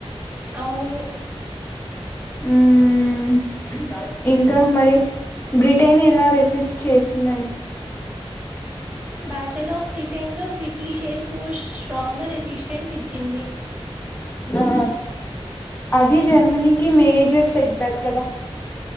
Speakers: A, on the right; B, on the left.
A: అవును
B: మ్మ్ ఇంకా మరి బ్రిటన్ ఎలా రెసిస్ట్ చేసిందండి
A: <inaudible> బ్యాటిల్ ఆఫ్ బ్రిటెన్లో బ్రిటిషేర్ ఫోర్స్ స్ట్రాంగర్ రెసిస్టెన్స్ ఇచ్చింది
B: ఆ అది జర్మనీకి మేజర్ సెట్బ్యాక్ కదా